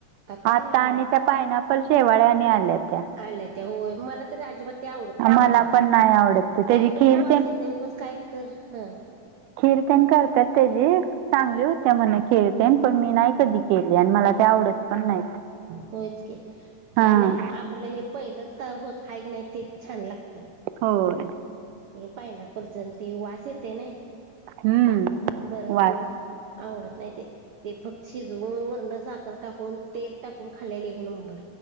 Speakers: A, on the right; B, on the right.
A: काय
B: आता आणि त्या पायनॅपल शेवाळ्या आणि आल्या त्या.
A: आल्या त्या होय. मला तरी अजिबात त्या आवडत पण नाहीत
B: मला
A: सोडा.
B: नाही आवडत ते
A: काय
B: त्याची
A: कराच
B: खीर
A: वास येतय उगच काय तर ह
B: खिरतेन करत्यात तेजी. चांगली होत्या म्हण खिरतेन. पण मी नाही
A: ह
B: कधी
A: अ
B: केली आणि मला ते आवडत पण नाहीत
A: होयच की काय
B: हां
A: नाही आप आपल हे पहिलच का होत आहे की नाही, तेच छान लागतय.
B: होय.
A: पायनपलचा ते वास येते ना.
B: हम्म
A: बर
B: वास
A: ब आवडत नाही ते. ते फक्त शिजवुन वरन साखर टाकून तेल टाकून खाल्लेले एक नंबर.